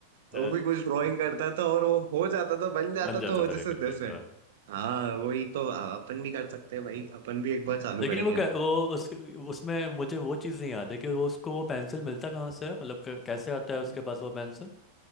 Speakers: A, on the left (about 20°); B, on the right (about 70°).
A: तो
B: वो
A: है।
B: भी कुछ ड्राइंग करता था और वो हो जाता था बन जाता
A: बन जाता
B: था वो
A: था लेकिन
B: जैसे
A: ये
B: तैसे
A: तो है
B: हाँ वही तो अपन भी कर सकते हैं भाई अपन भी एक बार चालू
A: लेकिन
B: करेंगे
A: वो कै- वो उसके उसमें मुझे वो चीज़ नहीं याद है कि वो उसको वो पेंसिल मिलता कहाँ से है मतलब क- कैसे आता है
B: अब
A: उसके पास वो पेंसिल